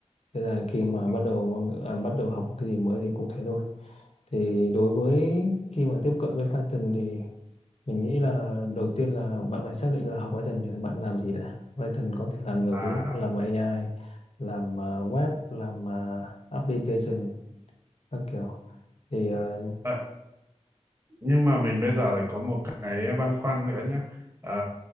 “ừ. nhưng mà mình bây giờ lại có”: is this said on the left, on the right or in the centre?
Right